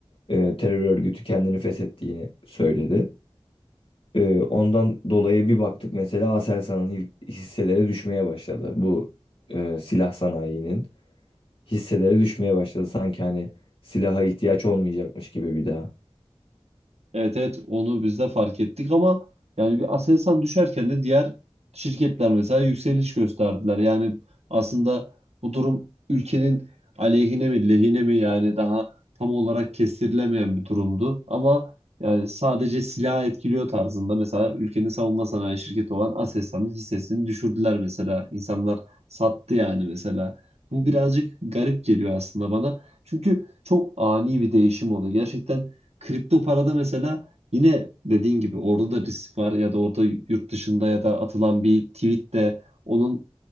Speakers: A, on the left (about 60°); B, on the right (about 90°).
A: e, terör örgütü kendini feshettiğini söyledi. E, ondan dolayı bir baktık mesela Aselsan'ın hil- hisseleri düşmeye başladı. Bu e, silah sanayinin hisseleri düşmeye başladı. Sanki hani silaha ihtiyaç olmayacakmış gibi bir daha.
B: Evet evet onu biz de fark ettik ama yani bir Aselsan düşerken de diğer şirketler mesela yükseliş gösterdiler. Yani aslında bu durum ülkenin aleyhine mi lehine mi yani daha tam olarak kestirilemeyen bir durumdu. Ama yani sadece silah etkiliyor tarzında mesela ülkenin savunma sanayi şirketi olan Aselsan'ın hissesini düşürdüler mesela. İnsanlar sattı yani mesela. Bu birazcık garip geliyor aslında bana. Çünkü çok ani bir değişim oldu. Gerçekten Kripto parada mesela yine dediğin gibi orada da risk var ya da orada yurt dışında ya da atılan bir tweet de onun